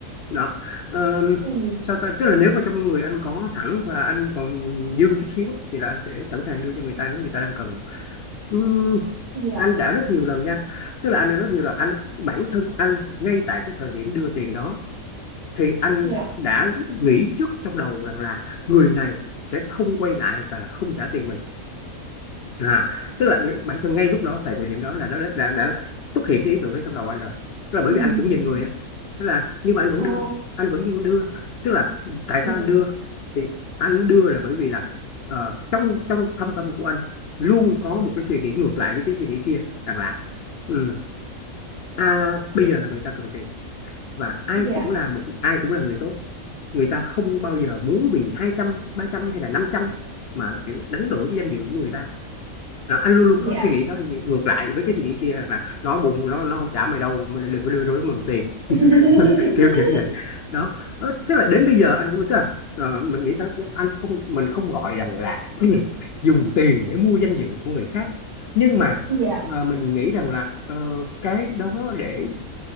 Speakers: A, on the left; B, on the right.
A: đó Ờ,
B: ừ
A: sao ta tức là nếu mà trong người anh có sẵn và anh còn dư chút xíu thì là anh sẽ sẵn sàng đưa cho người ta nếu người ta đang cần Ừm,
B: dạ
A: anh đã rất nhiều lần nha tức là anh đã rất nhiều lần anh bản thân anh ngay tại cái thời điểm đưa tiền đó thì anh
B: dạ
A: đã nghĩ trước trong đầu rằng là người này sẽ không quay lại và không trả tiền mình à tức là ng- bản thân ngay lúc đó tại thời điểm đó là nó đã, đã, đã xuất hiện cái ý tưởng đó trong đầu anh rồi tức là bởi
B: ừ
A: vì anh cũng nhìn người á tức là nhưng mà anh vẫn
B: ồ
A: đưa anh vẫn nhưng đưa tức là tại sao
B: ừ
A: anh đưa thì anh đưa là bởi vì là ờ, trong trong thâm tâm của anh luôn có một cái suy nghĩ ngược lại với cái suy nghĩ kia rằng là ừ, à, bây giờ là người ta cần tiền và ai
B: dạ
A: cũng là một ai cũng là người tốt người ta không bao giờ muốn vì hai trăm ba trăm hay là 500 mà kiểu đánh đổi với danh dự của người ta nó anh luôn luôn
B: dạ
A: có suy nghĩ đó ngược lại với cái suy nghĩ kia là nó bụng nó nó không trả mày đâu mà đừng có đưa đôi mượn tiền
B: <laughs>
A: <laughs> kiểu kiểu vậy đó Ờ, tức là đến bây giờ anh cũng tức là ờ, mình nghĩ sao anh không mình không gọi rằng là <clears throat> dùng tiền để mua danh dự của người khác nhưng mà
B: dạ
A: ờ, mình nghĩ rằng là ờ, cái đó để